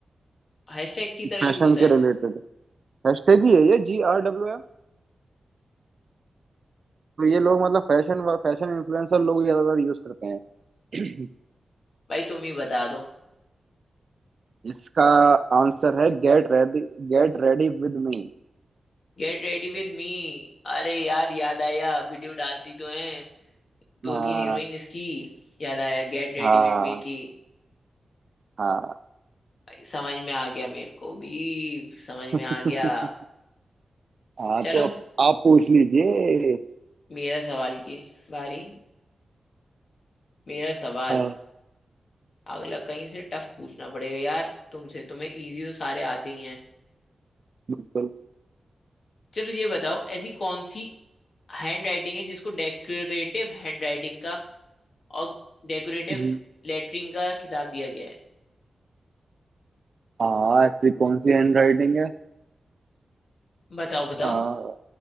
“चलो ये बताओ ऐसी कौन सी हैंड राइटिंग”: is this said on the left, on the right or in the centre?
Left